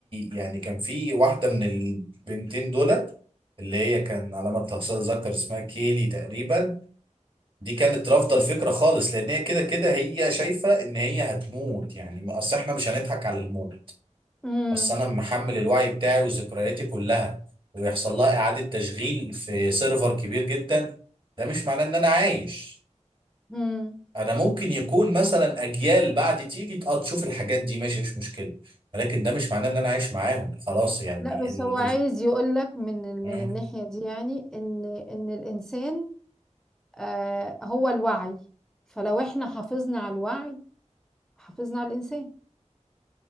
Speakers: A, on the right; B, in the centre.
A: يعني كان في واحدة من البنتين دولت اللي هي كان على ما اتذكر اسمها كيلي تقريبا دي كانت رافضة الفكرة خالص لان هي كده كده هي شايفة ان هي هتموت يعني ما- اصل احنا مش هنضحك على الموت
B: امم
A: اصل انا محمل الوعي بتاعي وذكرياتي كلها ويحصل لها اعادة تشغيل في سيرفر كبير جدا ده مش معناه ان انا عايش
B: امم
A: انا ممكن يكون مثلا اجيال بعد تيجي اه تشوف الحاجات دي ماشي مش مشكله ولكن ده مش معناه ان انا عايش معاهم خلاص يعني
B: لا بس
A: ال...
B: هو عايز
A: ال...
B: يقول لك من ال-
A: مم.
B: من الناحية دي يعني ان ان الانسان آه هو الوعي فلو احنا حافظنا على الوعي حافظنا على الانسان